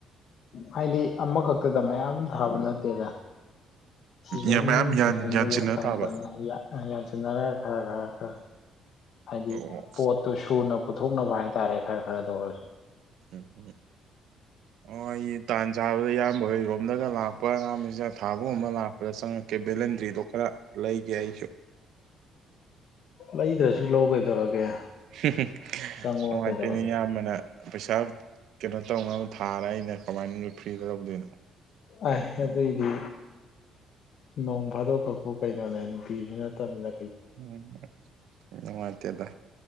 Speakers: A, on the left; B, on the right.
A: ꯍꯥꯏꯗꯤ ꯑꯃꯈꯛꯇꯗ ꯃꯌꯥꯝ ꯊꯥꯕ ꯅꯠꯇꯦꯗ ꯁꯤꯖꯟ
B: ꯃꯌꯥꯝ
A: ꯁꯤꯖꯟꯗꯨꯒꯤ
B: ꯌꯥꯟꯁꯤꯟꯅ
A: ꯃꯇꯝ
B: ꯊꯥꯕ
A: ꯃꯇꯝꯒꯤ ꯌꯟꯁꯤꯅꯔꯒ ꯑ ꯍꯥ ꯍꯥꯏꯗꯤ
B: ꯑꯣ
A: ꯄꯣꯠꯇꯨ ꯁꯨꯅ ꯄꯨꯊꯣꯛꯅꯕ ꯍꯥꯏꯇꯥꯔꯦ ꯈꯔ ꯈꯔꯗ ꯑꯣꯏꯔꯁꯨ
B: ꯎꯝ ꯎꯝ ꯑꯣ ꯑꯩ ꯇꯥꯟ ꯁꯥꯕꯗ ꯑꯌꯥꯝꯕ ꯍꯣꯏꯔꯣꯝꯗꯒ ꯂꯥꯛ ꯄꯔꯥꯝꯖ <inaudible> ꯊꯥꯕꯨꯝ ꯑꯃ ꯂꯥꯛꯄꯗ ꯆꯪꯉꯛꯀꯦ ꯚꯦꯂꯦꯟꯗ꯭ꯔꯤꯗꯣ ꯈꯔ ꯂꯩꯒꯦ ꯑꯩꯁꯨ
A: ꯂꯩꯗ꯭ꯔꯁꯨ ꯂꯧ ꯀꯩꯗꯧꯔꯒꯦ
B: ꯍꯝ ꯍꯝ
A: ꯆꯪꯉꯣ
B: ꯅꯨꯡꯉꯥꯏꯇꯣꯅꯦ
A: ꯀꯩꯗꯧꯔꯒꯦ
B: ꯑꯌꯥꯝꯕꯅ ꯄꯩꯁꯥ ꯀꯩꯅꯣ ꯏꯇꯥꯎ ꯅꯪ ꯊꯥꯔ ꯑꯩꯅ ꯀꯃꯥꯏꯅ ꯐ꯭ꯔꯤꯗ ꯂꯧꯗꯣꯏꯅꯣ
A: ꯑꯥꯏ ꯑꯗꯨꯏꯗꯤ ꯅꯣꯡ ꯐꯥꯗꯣꯛ ꯈꯛꯄꯨ ꯀꯩꯅꯣꯅꯦ ꯅꯨꯡꯇꯤꯁꯨ ꯅꯠꯇꯃꯤꯅ
B: ꯎꯝ ꯅꯨꯡꯉꯥꯏꯇꯦꯗ